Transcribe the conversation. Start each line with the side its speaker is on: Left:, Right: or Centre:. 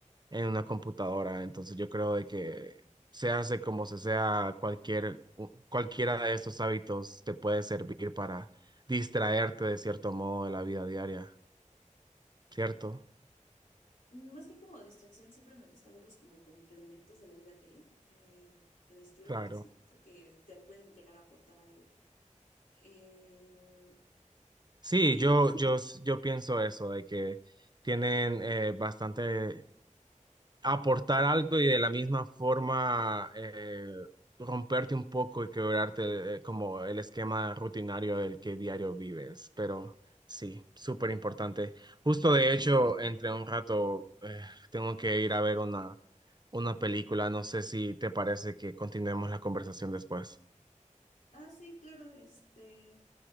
Right: en una computadora. Entonces yo creo de que se hace como se sea, cualquier, u- cualquiera de estos hábitos te puede servir para distraerte de cierto modo de la vida diaria, ¿cierto?
Left: Más que como distracción, siempre me gusta verlos como complementos de la vida diaria, eh, en el sentido
Right: Claro.
Left: de que siento que te pueden llegar a aportar algo. Eh,
Right: Sí,
Left: sí.
Right: yo, yo, yo pienso eso, de que tienen eh, bastante aportar algo y de la misma forma eh, romperte un poco y quebrarte eh, como el esquema rutinario del que diario vives. Pero sí, súper importante. Justo de hecho, entre un rato eh, tengo que ir a ver una, una película. No sé si te parece que continuemos la conversación después.
Left: Ah, sí, claro, este,